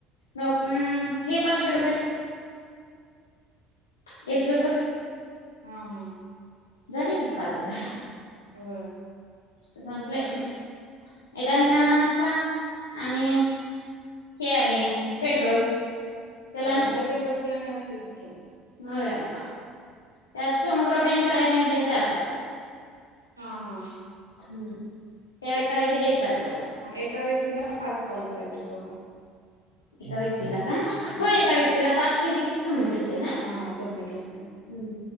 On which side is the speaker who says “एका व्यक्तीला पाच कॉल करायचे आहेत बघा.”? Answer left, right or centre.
Right